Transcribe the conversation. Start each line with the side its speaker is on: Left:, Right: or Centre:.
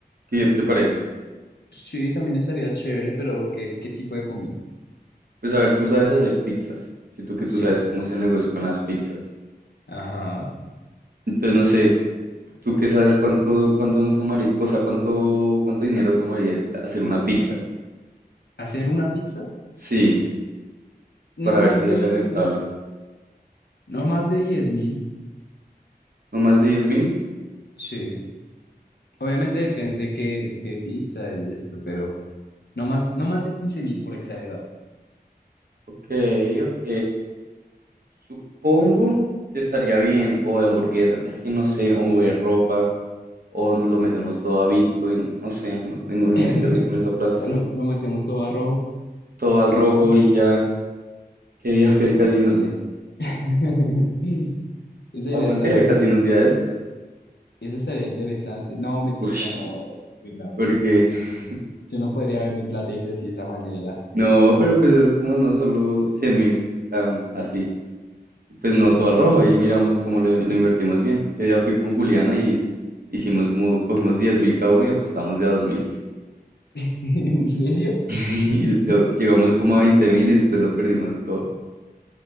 Right: ¿qué te parece?
Left: sí, también estaría chévere, pero ¿qué, qué tipo de comida?
Right: Pues a ver, tú sabes hacer pizzas. Siento que tú
Left: Sí,
Right: sabes cómo es el negocio con las pizzas.
Left: ajá.
Right: Entonces, no sé, tú qué sabes cuánto, cuánto nos tomaría, o sea, cuánto, cuánto dinero tomaría hacer una pizza.
Left: ¿Hacer una pizza?
Right: Sí,
Left: No
Right: para
Left: más
Right: ver si
Left: de,
Right: sale rentable.
Left: no más de diez mil.
Right: ¿No más de diez mil?
Left: Sí, obviamente depende qué, qué pizza y esto, pero... No más, no más de quince mil por exagerar.
Right: Ok, ok. Supongo que estaría bien. O de hamburguesas. Es que no sé, o de ropa. o nos lo metemos todo a Bitcoin, no sé, no tengo ni
Left: <laughs>
Right: idea qué hacer con esa plata.
Left: O
Right: <laughs>
Left: Lo, lo metemos todo a rojo.
Right: Todo al rojo
Left: No,
Right: y ya, qué día fui al
Left: no
Right: casino.
Left: sé.
Right: Sí,
Left: <laughs> Esa idea
Right: aguanté
Left: está
Right: ir
Left: buena.
Right: al casino un día de estos.
Left: Eso estaría interesante. No, mentira,
Right: Uy,
Left: no. Uy, no.
Right: porque <laughs>
Left: Yo no podría ver mi plata irse así de esa manera.
Right: no, pero pues es como no, solo cien mil cada uno, así. Pues no todo al rojo, ahí miramos cómo lo, lo invertimos bien. Que día fui con Juliana y hicimos como, cogimos diez mil cada uno y apostamos de a dos mil. <laughs>
Left: <laughs> ¿En serio?
Right: Y
Left: <laughs>
Right: lo- llegamos como a veinte mil y después lo perdimos todo.